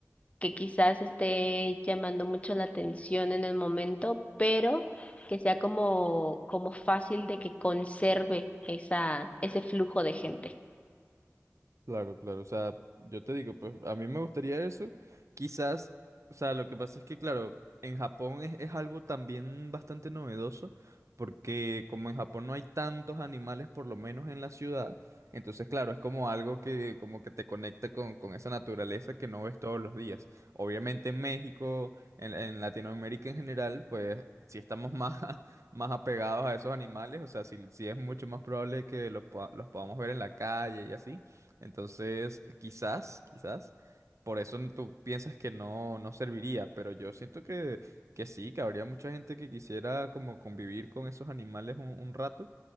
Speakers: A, on the left; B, on the right.
A: que quizás esté llamando mucho la atención en el momento, pero que sea como, como fácil de que conserve esa, ese flujo de gente.
B: Claro, claro, o sea, yo te digo, pues a mí me gustaría eso, quizás, o sea, lo que pasa es que, claro, en Japón es, es algo también bastante novedoso, porque como en Japón no hay tantos animales, por lo menos en la ciudad, entonces, claro, es como algo que como que te conecta con, con esa naturaleza que no ves todos los días. Obviamente en México, en, en Latinoamérica en general, pues sí estamos más, <laughs> más apegados a esos animales, o sea, sí, sí es mucho más probable que los, poda- los podamos ver en la calle y así. Entonces, quizás, quizás, por eso n- tú piensas que no, no serviría, pero yo siento que, que sí, que habría mucha gente que quisiera como convivir con esos animales un, un rato